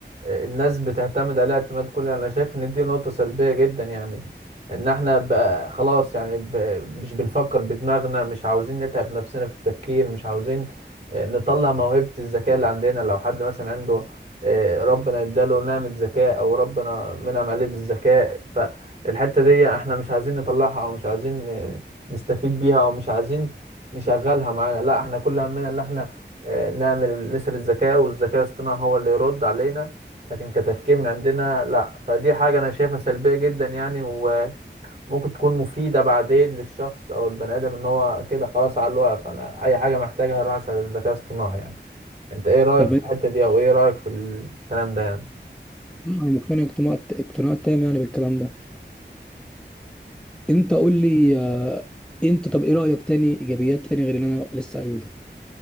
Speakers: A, on the right; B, in the centre.
A: الناس بتعتمد عليها اعتماد كلي انا شايف ان دي نقطة سلبية جدا يعني ان احنا بقى خلاص يعني ب... مش بنفكر بدماغنا مش عاوزين نتعب نفسنا في التفكير مش عاوزين آه، نطلع موهبة الذكاء اللي عندنا لو حد مثلا عنده آه، ربنا اداله نعمة ذكاء او ربنا منعم عليه بالذكاء فالحتة دي احنا مش عايزين نطلعها او مش عايزين آه، نستفيد بيها او مش عايزين نشغلها معانا لا احنا كل همنا ان احنا آه، نعمل نسأل الذكاء والذكاء الاصطناعي هو اللي يرد علينا لكن كتفكير من عندنا لا فدي حاجة أنا شايفها سلبية جدا يعني وممكن تكون مفيدة بعدين للشخص أو البني آدم إن هو كده خلاص على الواقف أنا أي حاجة محتاجها أروح أسأل الذكاء الاصطناعي يعني أنت إيه رأيك
B: طب
A: في
B: انت-
A: الحتة دي أو إيه رأيك في الكلام ده يعني
B: انا مقتنع اقتناع اقتناع تام يعني بالكلام ده انت قول لي آه، انت طب ايه رايك تاني ايجابيات تاني غير اللي انا لسه قايله ده